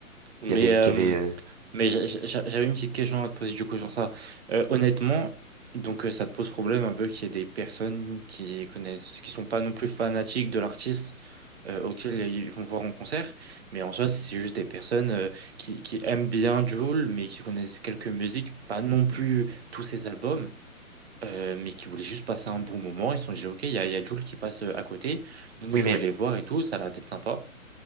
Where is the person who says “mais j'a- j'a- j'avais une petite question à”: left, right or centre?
Right